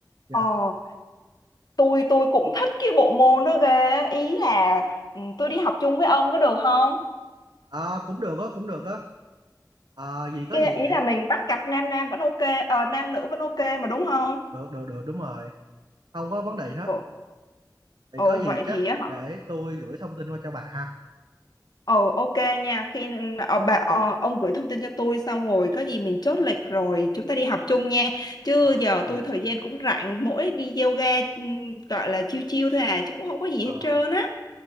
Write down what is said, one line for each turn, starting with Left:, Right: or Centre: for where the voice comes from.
Right: dạ
Left: Ờ tôi tôi cũng thích cái bộ môn đó ghê ý là ừ, tôi đi học chung với ông có được không
Right: Ờ, cũng được á cũng được á Ờ, gì có
Left: cái
Right: gì để
Left: ý là mình bắt cặp nam nam vẫn ok ờ, nam nữ vẫn ok mà đúng không
Right: được được được đúng rồi không có vấn đề gì hết
Left: ồ
Right: thì
Left: ồ,
Right: có gì
Left: vậy
Right: chắc
Left: thì á hả?
Right: để tôi gửi thông tin qua cho bạn ha
Left: ồ ok nha khi ờ, bà ờ, ông gửi thông tin cho tôi xong rồi có gì mình chốt lịch rồi chúng ta đi học chung nha chứ
Right: ờ
Left: giờ
Right: ok
Left: tôi thời gian cũng rảnh mỗi đi yoga ừ, gọi là chiêu chiêu thôi à chứ cũng không có gì
Right: ờ
Left: hết trơn á